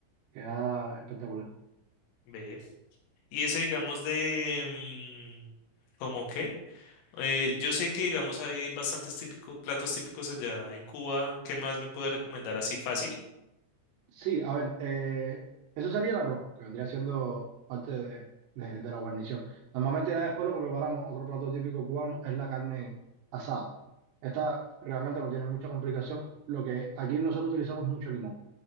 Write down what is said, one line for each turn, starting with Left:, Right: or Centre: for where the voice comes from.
Right: queda espectacular.
Left: Ve. Y ese, digamos, de... mm, ¿Cómo qué? Eh, yo sé que, digamos, hay bastantes típicos, platos típicos allá en Cuba. ¿Qué más me puede recomendar así fácil?
Right: Sí, a ver, eh, eso sería el arroz, que vendría siendo parte de, de- de la guarnición. Normalmente ya después lo que preparamos, otro plato típico cubano, es la carne asada. Esta realmente no tiene mucha complicación. Lo que aquí nosotros utilizamos mucho limón.